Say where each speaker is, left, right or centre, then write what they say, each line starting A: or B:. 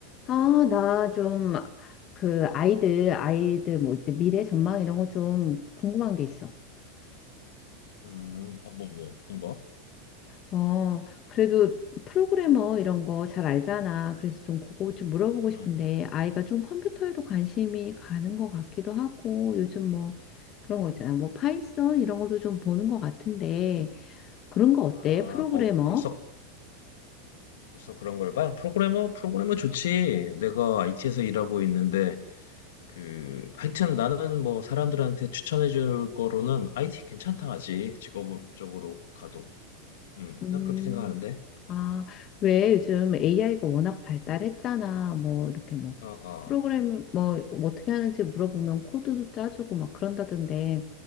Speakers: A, on the left (about 35°); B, on the left (about 85°).
A: 아, 나 좀 그 아이들, 아이들 뭐 이제 미래 전망 이런 거 좀 궁금한 게 있어.
B: 음, 어, 뭐, 뭐, 그런 거?
A: 어, 그래도 프로그래머 이런 거 잘 알잖아. 그래서 좀 그거 좀 물어보고
B: 음,
A: 싶은데 아이가 좀 컴퓨터에도 관심이 가는 것 같기도 하고 요즘 뭐 그런
B: 음,
A: 거 있잖아. 뭐 파이썬 이런 것도 좀 보는 것 같은데
B: 음.
A: 그런 거 어때?
B: 아,
A: 프로그래머?
B: 어, 벌써, 벌써 그런 걸 봐? 프로그래머, 프로그래머 좋지. 내가 IT에서 일하고 있는데, 그, 하여튼 나는 뭐 사람들한테 추천해 줄 거로는 IT 괜찮다 하지. 직업적으로 가도. 음,
A: 음.
B: 난 그렇게 생각하는데.
A: 아, 왜 요즘 AI가 워낙 발달했잖아.
B: 음,
A: 뭐 이렇게 뭐
B: 어, 어,
A: 프로그램 뭐 어떻게 하는지 물어보면 코드도 짜주고 막 그런다던데